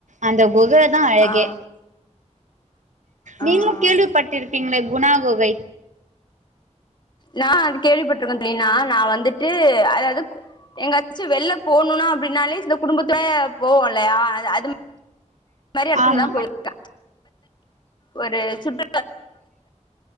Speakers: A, on the right (about 80°); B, on the left (about 40°).
A: அந்த குகை தான் அழகே
B: ஆ ஆ
A: நீங்களும் கேள்விப்பட்டிருப்பீங்களே உணா குகை
B: நான் அது கேள்விபட்ருக்க ல்லானா நான் வந்துட்டு அதாவ்து எங்காச்சு வெள்ள போணும்னா அப்படின்னாலே இந்த குடும்பத்ல போவோம் ல்லையா அ அது இந்த மாரி இடத்துக்குதான்
A: ஆமா
B: போயிற்கேன் <inaudible> ஒரு சுற்